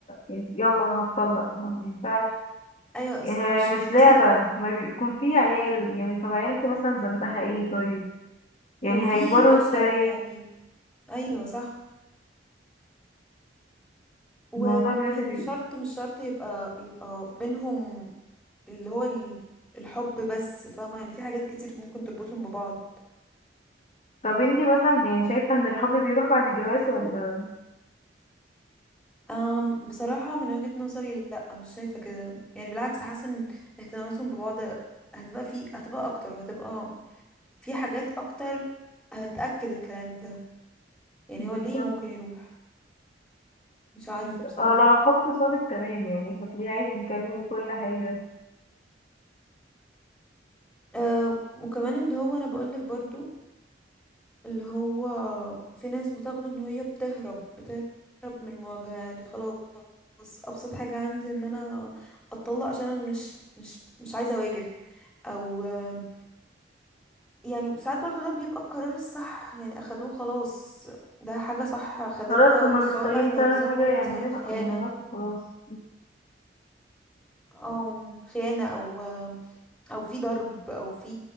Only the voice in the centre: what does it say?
ايوه اصل
مش
يعني مثلا
وفي
اسر
يعني ايوه صح ويعني
مش شرط مش شرط يبقى يبقى بينهم اللي هو ال- الحب بس فاهمة يعني في حاجات كتير ممكن تربطهم ببعض
أم بصراحة من وجهة نظري لا مش شايفة كده يعني بالعكس حاسة ان اهتماماتهم ببعض هتبقى في هتبقى اكتر وهتبقى في حاجات اكتر هتأكد الكلام ده يعني
هو ليه ممكن يروح مش عارفة
بصراحة
أه وكمان اللي هو انا بقولك برضو اللي هو في ناس بتاخده ان هي بتهرب بتهرب من المواجهة يعني خلاص ابسط حاجة عندي ان انا اتطلق عشان أنا مش مش مش عايزة اواجه او آم، يعني ساعات برضو ده بيبقى القرار الصح يعني اخدوه خلاص ده حاجة صح خدتها
سواء
بقى لو
زي
ما قلتي
خيانة
او خيانة او او في ضرب او في